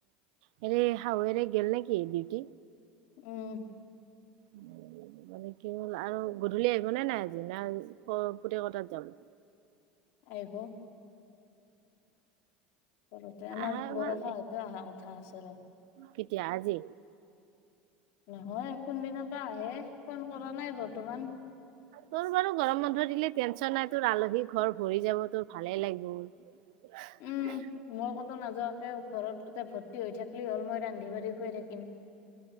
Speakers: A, on the right (about 70°); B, on the left (about 65°).
A: হেৰি শাহুৱেৰে গেল নেকি ডিউটি?
B: উম,
A: উম, মানে কি হ'ল আৰু গধূলি আহিব নে নাই আজি না পুতেকৰ তাত যাব। <inaudible>
B: আহিব সৰুতে আমাৰ
A: আহাই
B: বৰষা
A: ভাল
B: হতে অহা কথা আছে ৰ।
A: কেতিয়া আজি?
B: নহয় কোনদিনা বা আহে ফোন কৰা নাই বৰ্তমান।
A: তোৰ বাৰু গৰম বন্ধ দিলে টেনচন নাই তোৰ আলহী ঘৰ ভৰি যাব তোৰ ভালে লাগিব। <inaudible>
B: উম মই কতো নাযোৱাকে ঘৰত এ ভৰ্তি হৈ থাকিলেই হ'ল, মই ৰান্ধি বাঢ়ি খুৱাই থাকিম।